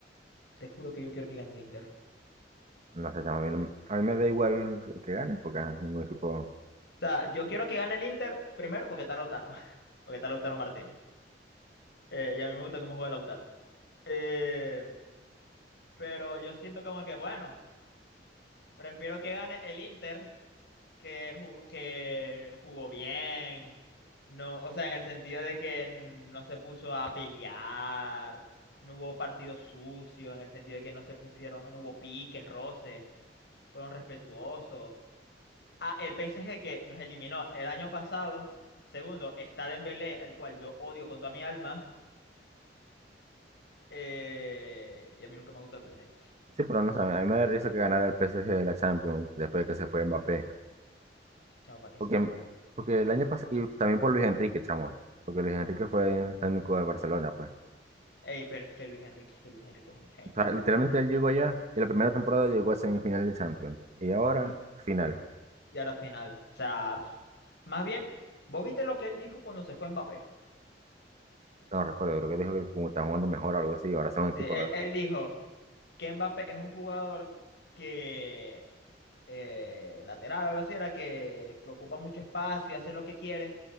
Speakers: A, on the left; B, on the right.
A: Te juro que yo quiero que gane el Inter. O
B: No sé, chamo, a mí, no- a mí me da igual que gane, porque ah, ningún equipo.
A: sea, yo quiero que gane el Inter primero porque está Lautaro. <laughs> Porque está Lautaro Martínez. Eh, y a mí me gusta cómo juega Lautaro. Eh, pero yo siento como que, bueno, prefiero que gane el Inter que, ju- que jugó bien. No, o sea, en el sentido de que no se puso a pelear. No hubo partido sucio. En el sentido de que no se pusieron, no hubo piques, roces. Fueron respetuosos. Ah, el PSG que nos eliminó el año pasado. Segundo, está Dembélé, al cual yo odio con toda mi alma. Eh, y a mí nunca me gustó el PSG.
B: Sí, pero no sé, a mí me da risa que ganara el PSG de la Champions después de que se fue Mbappé.
A: Chao, para que
B: Porque,
A: sepa ahí.
B: porque el año pasado, y también por Luis Enrique, chamo. Porque Luis Enrique fue técnico de Barcelona, pues.
A: Ey, pero es que Luis Enrique, es que Luis Enrique es un genio,
B: O sea,
A: chamo.
B: literalmente él llegó allá y la primera temporada llegó a semifinal de Champions. Y ahora,
A: Lit-
B: final.
A: Y ahora final. O sea, pff, más bien, ¿vos viste lo que él dijo cuando se fue Mbappé?
B: No recuerdo, creo que dijo que como estaban jugando mejor o algo así, ahora son equipos,
A: Sí, él,
B: ¿verdad?
A: él dijo. que Mbappé es un jugador que eh, lateral, algo así, era que, que ocupa mucho espacio y hace lo que quiere.